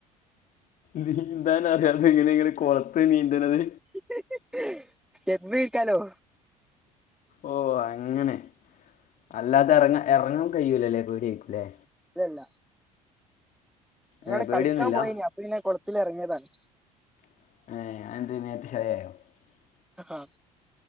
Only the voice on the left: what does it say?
നീന്താൻ അറിയല്ലോ ഇങ്ങനങ്ങനെ കൊളത്ത് നീന്തണുന്നത്.
ഓ അങ്ങനെ അല്ലാതെ ഇറങ്ങ ഇറങ്ങാൻ കഴിയൂല അല്ലേ പേടിയാല്ലേ?
ഏ പേടിയൊന്നുമില്ല
<unintelligible>